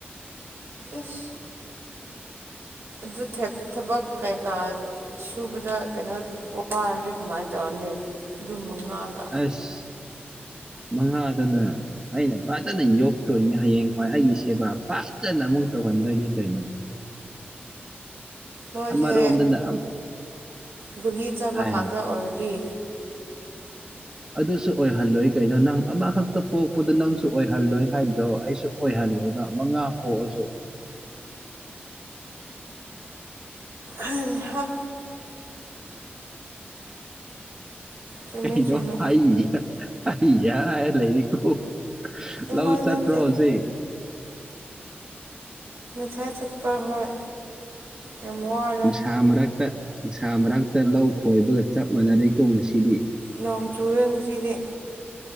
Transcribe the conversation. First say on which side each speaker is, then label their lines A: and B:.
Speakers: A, on the right; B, on the right.
A: ꯏꯁ <unintelligible> ꯊꯕꯛ ꯀꯩꯀꯥ ꯁꯨꯕꯗ ꯀꯩꯅꯣ ꯋꯥꯔꯗꯤ ꯀꯃꯥꯏꯅ ꯇꯧꯔꯅꯤ ꯑꯗꯨꯝ ꯃꯉꯥꯒ
B: ꯑꯁ ꯃꯉꯥꯗꯨꯅ ꯑꯩꯅ ꯐꯖꯅ ꯌꯣꯛꯇꯣꯏꯅꯦ ꯍꯌꯦꯡꯋꯥꯏ ꯑꯩꯒꯤ ꯁꯦꯕꯥ ꯐꯥꯖꯅ ꯑꯃꯨꯛ ꯇꯧꯍꯟꯗꯣꯏꯅꯤ ꯀꯩꯅꯣ
A: ꯃꯣꯏꯁꯦ
B: ꯑꯃꯔꯣꯝꯗꯅ ꯑꯝ
A: ꯒꯨꯂꯤ ꯆꯥꯕ
B: ꯍꯥꯏꯔ
A: ꯉꯥꯛꯇ ꯑꯣꯏꯔꯗꯤ
B: ꯑꯗꯨꯁꯨ ꯑꯣꯏꯍꯜꯂꯣꯏ ꯀꯩꯅꯣ ꯅꯪ ꯑꯃꯈꯛꯇ ꯄꯣꯛꯄꯗꯨ ꯅꯪꯁꯨ ꯑꯣꯏꯍꯜꯂꯣꯏ ꯍꯥꯏꯕꯗꯣ ꯑꯩꯁꯨ ꯑꯣꯏꯍꯜꯂꯣꯏꯕ ꯃꯉꯥ ꯄꯣꯛꯑꯁꯨ
A: ꯍꯩ ꯍꯥ ꯆꯨꯝꯃꯦ
B: ꯀꯩꯅꯣ
A: ꯆꯨꯝꯃꯦ
B: ꯍꯩꯍꯥ ꯍꯩ ꯍꯥ ꯍꯥꯏꯅꯥ ꯂꯩꯔꯤꯗꯨꯕꯣ
A: ꯅꯉꯣꯟꯗ
B: ꯂꯧ ꯆꯠꯇꯔꯣ
A: ꯅꯠꯇꯦ
B: ꯍꯧꯖꯤꯛ
A: ꯉꯁꯥꯏ ꯆꯠꯄ ꯍꯣꯏ ꯌꯥꯝ ꯋꯥꯔꯦ
B: ꯁꯨꯡꯁꯥꯃꯔꯛ ꯇ ꯅꯨꯡꯁꯥ ꯃꯔꯛꯇ ꯂꯧ ꯈꯣꯏꯕꯒ ꯆꯞ ꯃꯥꯟꯅꯔꯦꯀꯣ ꯉꯁꯤꯗꯤ
A: ꯅꯣꯡ ꯆꯨꯔꯦ ꯉꯁꯤꯗꯤ